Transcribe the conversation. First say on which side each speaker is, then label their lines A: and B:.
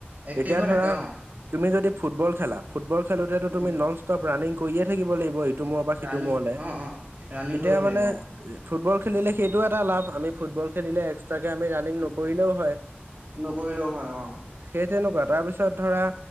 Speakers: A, on the right; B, on the right.
A: এক্টিভ
B: এতিয়া
A: হৈ
B: ধৰা
A: থাকে অ',
B: তুমি যদি ফুটবল খেলা ফুটবল খেলোতেতো
A: উম,
B: তুমি নন ষ্টপ ৰানিং কৰিয়ে থাকিব লাগিব। সিটো মূৰৰ পৰা সিটো
A: ৰানিং
B: মূৰলে
A: অ', অ', ৰানিং
B: তেতিয়া
A: কৰিব
B: মানে
A: লাগিব অ',
B: ফুটবল খেলিলে সেইটোও এটা লাভ আমি ফুট বল খেলিলে তাকে আমি ৰাণিং
A: উম,
B: নকৰিলেও হয়।
A: নকৰিলেও হয় অ',
B: সেত তেনেকুৱা তাৰ পিছত ধৰা